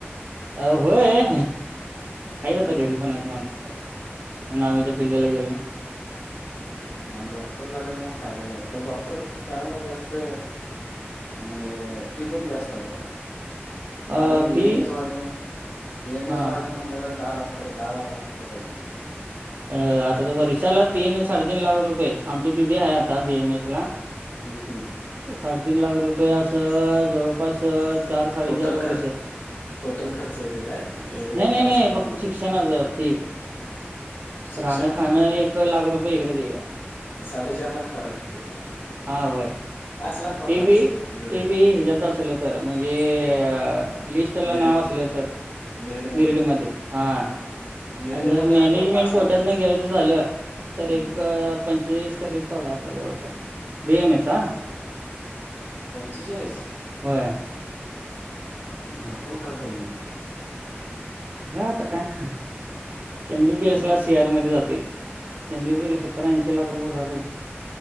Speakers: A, on the right (about 45°); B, on the left (about 55°).
A: अ व्हय आहेत
B: अ
A: आता घरी पण आहेत माणसं काय मग आम्ही ते फिल्डला गेलो नाही.
B: नाही डॉक्टर झालेल मग फायदा <unintelligible> डॉक्टर करायला जास्त. म्हणजे फी पण जास्त आहे थोडा. साधं
A: अ
B: बीएम
A: फी
B: एस व्हायचं बीएम
A: हा
B: एस व्हायचं म्हटलं तर दहा लाख, तर दहा बारा लाख तर पाहिेजेतचं.
A: अ आता तो वर्षाला तीन साड तीन लाख रुपये आमची दिदी हाय आता बी एम एस ला.
B: हम् <unintelligible>
A: साडेतीन लाख रुपये असं जवळपास चार साडेचार
B: टोटल खर्च
A: वर्ष.
B: टोटल खर्च येते काय एक वर्षाला
A: नाही नाही नाही
B: साडेतीन
A: फक्त
B: लाख.
A: शिक्षणाच फी.
B: शिक्षणाची
A: राहणं खाणं एक लाख रुपये इकड तिकड.
B: साडे चार लाख धरा की पूर्ण.
A: हा वय.
B: पाच लाख पकडाच
A: ते बी
B: इकडे
A: ते
B: तिकडे
A: बी ह्याजात असल तर म्हणजे अ लिस्टला
B: मेरिट
A: नाव असलं तर,
B: मेरिट मध्ये
A: मिरिटमध्ये हा.
B: मेरिट
A: आणि जर
B: मध्ये
A: मॅनेजमेंट
B: असल्यावर पाच
A: कोट्यातन
B: लाख खर्च
A: घ्यायचं झालं तर एक
B: हम्म
A: पंचेचाळीस का रेट चालू हाय आता जवळपास, बीएम एस हा
B: पंचे चाळीस?
A: होय
B: भरपूर खर्च आहे की मग?
A: हम आता काय एम बी बीए
B: तेवढंच
A: स ला. शेहर मध्ये जाते एमबी बेसला सतरा ऐंशी लाख रुपये भरायला लागते.